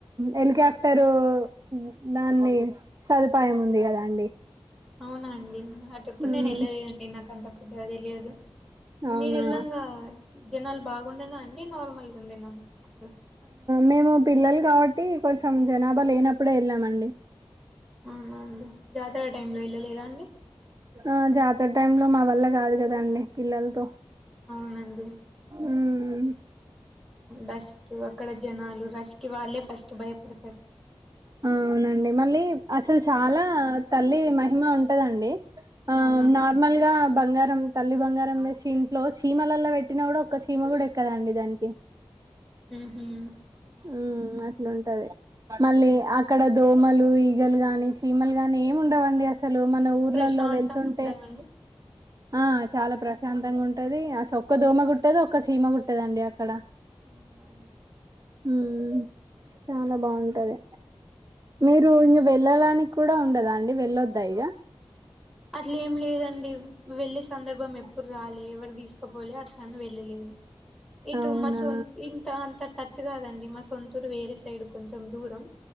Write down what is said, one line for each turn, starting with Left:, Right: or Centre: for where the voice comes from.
Right: హెలికాప్టరు దాన్ని సదుపాయం ఉంది కదా అండి
Centre: అవునా అండి అటు ఎప్పుడు
Right: ఉమ్
Centre: నేను వెళ్ళలేదండి నాకు అంత పెద్దగా తెలియదు
Right: అవునా
Centre: మీరు వెళ్లాంగా జనాలు బాగుండేనా అండి నార్మల్గా ఉండినా అక్కడ
Right: మేము పిల్లలు కాబట్టి కొంచెం జనాభా లేనప్పుడే వెళ్ళామండి
Centre: అవున అండి జాతర టైం లో వెళ్ళలేదా అండి
Right: ఆ జాతర టైమ్ లో మా వల్ల కాదు కదండి పిల్లలతో
Centre: అవునండి
Right: ఉమ్
Centre: రస్ట్ అక్కడ జనాలు రష్ కి వాళ్ళే ఫస్ట్ భయపడతారు
Right: ఆ అవునండి మళ్ళీ అసలు చాలా తల్లి మహిమ ఉంటదండి ఆ
Centre: అవునండి
Right: నార్మల్గా బంగారం తల్లి బంగారం తెచ్చి ఇంట్లో చీమలలో పెట్టిన కూడా ఒక్క చీమ కూడా ఎక్కదండి దానికి
Centre: ఉహు అవునా
Right: మ్మ్
Centre: అండి
Right: అట్లాంటది మళ్ళీ అక్కడ దోమలు ఈగలు గాని చీమలు గాని ఏమి ఉండవండి అసల్ అసలు మన ఊర్లల్లో
Centre: ప్రశాంతంగా
Right: వెళ్తుంటే
Centre: ఉంటదండి
Right: ఆ చాలా ప్రశాంతంగా ఉంటాది అసలు ఒక్క దోమ కుట్టదు ఒక్క చీమ కుట్టదండి అక్కడ
Centre: అవున అండి
Right: మ్మ్ చాలా బాగుంటాది మీరు ఇంగా వెళ్ళడానికి కూడా ఉండదా అండి వెళ్ళొద్దా ఇక
Centre: అట్ల ఏం లేదండి వెళ్ళే సందర్భం ఎప్పుడు రాలే ఎవరు తీసుకు ఇంకా <unintelligible> వెళ్ళలేదు ఇటు
Right: అవునా
Centre: మా సొంత ఇంత అంత టచ్ కాదండి మా సొంతూరు వేరే సైడ్ కొంచెం దూరం